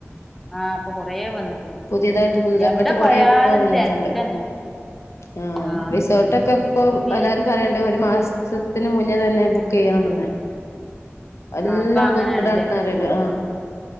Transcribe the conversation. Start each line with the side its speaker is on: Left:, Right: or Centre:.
Centre: ആഹ് ഇപ്പൊ കൊറേ വന്ന്ക്ക്ണു
Left: പുതിയതായിട്ട് പുതിയതായിട്ട്
Centre: എവിടെ പോയാലും
Left: കൊറെ ഇപ്പ വന്നിട്ടുണ്ട്.
Centre: തിരക്കന്നെ
Left: ആ
Centre: ആഹ്
Left: റിസോർട്ടൊക്കെ ഇപ്പൊ
Centre: ബീ
Left: എല്ലാരും പറയണ്ട ഒരു മാസ ത്തിന് മുന്നേ തന്നെ ബുക്ക് ചെയ്യണമെന്ന് എല്ലാം
Centre: ആ അപ്പൊ അങ്ങനെയണല്ലേ
Left: ബുക്ക്ഡാണ് പറയണ്ട് ആഹ്
Centre: ഉം